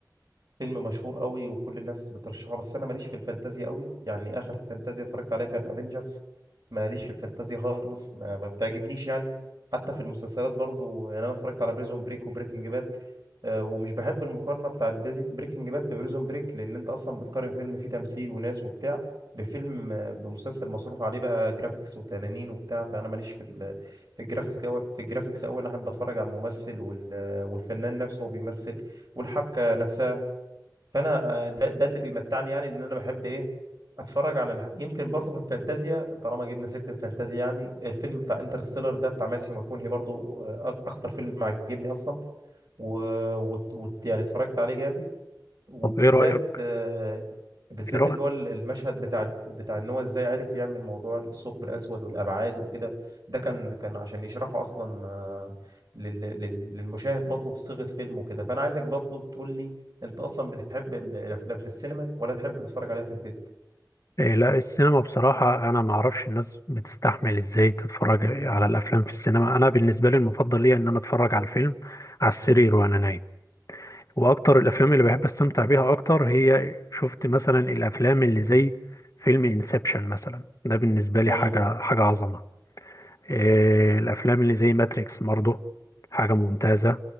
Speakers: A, on the right; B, on the left.
A: فيلم مشهور قوي وكل الناس بترشحه بس انا ماليش في الفانتازيا قوي يعني اخر فانتازيا اتفرجت عليها كان افنجرز ماليش في الفانتازيا خالص ما, ما بتعجبنيش يعني حتى في المسلسلات برضو يعني انا اتفرجت على بريزون بريك وبريكنج باد ومش بحب المقارنه بتاعت بريكنج باد ببريزون بريك لان انت اصلا بتقارن فيلم فيه تمثيل وناس وبتاع بفيلم آه، بمسلسل مصروف عليه بقى جرافيكس وتنانين وبتاع فانا ماليش في ال في الجرافيكس أوي- في الجرافيكس قوي انا احب اتفرج على الممثل وال- والفنان نفسه وهو بيمثل والحبكه نفسها فانا آه، ده, ده اللي بيمتعني يعني ان انا بحب ايه اتفرج عن الح... يمكن برضه في الفانتازيا طالما جبنا سيره الفانتازيا يعني الفيلم بتاع انترستيلر ده بتاع ماسيو ماكونهي برضه آه، اكتر فيلم عجبني اصلا و... وت... وت... يعني اتفرجت عليه جامد وبالذات
B: طب ايه رأيك
A: آه، بالذات
B: ايه رأيك
A: اللي هو المشهد بتاع بتاع ان هو ازاي عرف يعمل موضوع الثقب الاسود والابعاد وكده ده كان كان عشان يشرحه اصلا آه، لل- لل- للمشاهد برضه في صيغة فيلم وكده فانا عايزك برضه تقول لي انت اصلا بتحب ال- الافلام في السينما ولا تحب تتفرج عليها في البيت
B: إيه، لا السينما بصراحة أنا ما أعرفش الناس بتستحمل إزاي تتفرج على الأفلام في السينما أنا بالنسبة لي المفضل ليا إن أنا أتفرج على الفيلم على السرير وأنا نايم واكتر الافلام اللي بحب استمتع بيها اكتر هي شفت مثلا الافلام اللي زي فيلم انسبشن مثلا ده بالنسبه لي
A: ايوه
B: حاجه حاجه عظمه إيه الافلام اللي زي ماتريكس برضه حاجه ممتازه